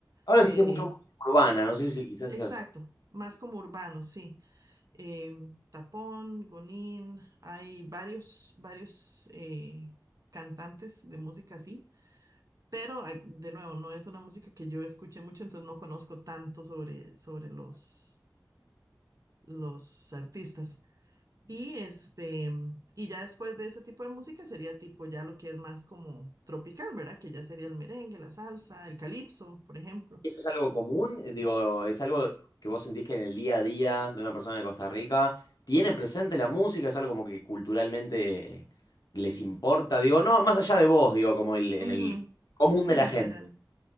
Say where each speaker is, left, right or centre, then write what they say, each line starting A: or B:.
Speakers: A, on the left (about 65°); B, on the right (about 50°).
A: Ahora
B: eh,
A: sí sé mucho música urbana, no sé si quizás
B: exacto,
A: es el salsa.
B: más como urbano, sí. Em, Tapón, Gonín, hay varios, varios eh, cantantes de música así. Pero, ah, de nuevo, no es una música que yo escuché mucho, entonces no conozco tanto sobre, sobre los, los artistas. Y este, y ya después de ese tipo de música sería tipo ya lo que es más como tropical, ¿verdad? Que ya sería el merengue, la salsa, el calipso, por ejemplo.
A: ¿Esto es algo común? Eh, Digo, ¿es algo que vos sentís que en el día a día de una persona de Costa Rica tiene presente la música? ¿Es algo como que culturalmente les importa? Digo, no, más allá de vos, digo, como el, en
B: Ujú,
A: el común
B: Sí,
A: de
B: en
A: la
B: general.
A: gente.